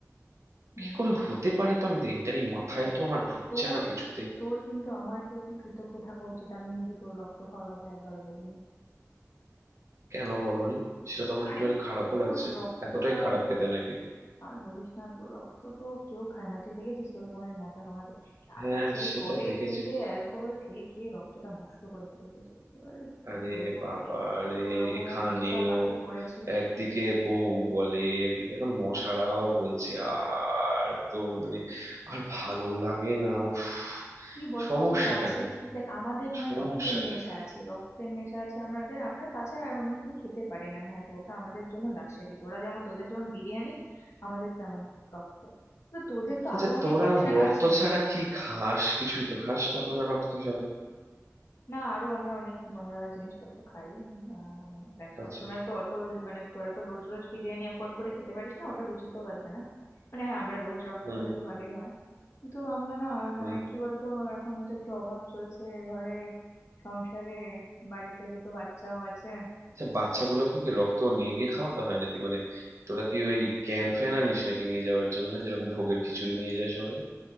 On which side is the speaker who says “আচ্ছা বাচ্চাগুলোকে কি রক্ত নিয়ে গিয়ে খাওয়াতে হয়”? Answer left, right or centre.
Right